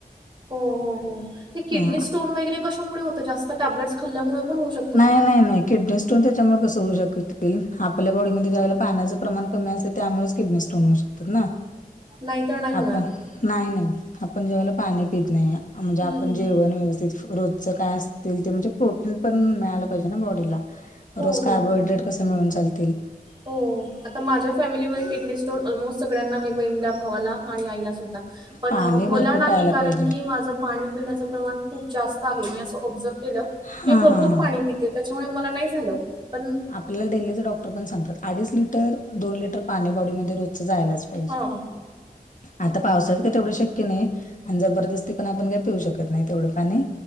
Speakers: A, on the right; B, on the left.
A: हो हो हो. ते किडनी
B: हा
A: स्टोन वगैरे कशामुळे होतं? जास्त टॅब्लेट्स खाल्ल्यामुळे पण होऊ शकत?
B: नाय नाय नाय. किडनी स्टोन त्याच्यामुळे कसं होऊ शकतील. आपल्या बॉडीमध्ये ज्यावेळे पाण्याचं प्रमाण कमी असेल त्यामुळेच किडनी स्टोन होऊ शकतात ना.
A: नाहीतर नाही होणार.
B: आपण, नाही नाही आपण ज्या वेळेला पाणी पित नाही. म्हणजे
A: हं,
B: आपण
A: हं.
B: जेवण व्यवस्थित. रोजचं काय असतील ते. म्हणजे प्रोटीन पण मिळाला पाहिजे ना बॉडीला.
A: हो,
B: रोज
A: हो,
B: कार्बोहायड्रेट
A: हो.
B: कस मिळून चालतील.
A: हो. आता माझ्या फॅमिलीमध्ये किडनी स्टोन ऑलमोस्ट सगळ्यांना आहे. बहिल्या, भावाला. आणि आईला सुद्धा. पण
B: पाणी भरपूर
A: मला नाही
B: प्यायला
A: कारण
B: पाहिजे
A: की माझं पाणी पिण्याचं प्रमाण खूप जास्त आहे. मी असं ऑब्झर्व केलं.
B: हा
A: मी भरपूर
B: हा हा
A: पाणी पिते त्याच्यामुळे मला नाही झालं. पण
B: मला डेलीचे डॉक्टर पण सांगतात. अडीच लिटर, दोन लिटर पाणी बॉडीमध्ये रोजच जायलाच पाहिजे.
A: हां
B: आता पावसाळ काय तेवढं शक्य नाही. आणि जबरदस्ती पण आपण काही पिऊ शकत नाही तेवढं पाणी.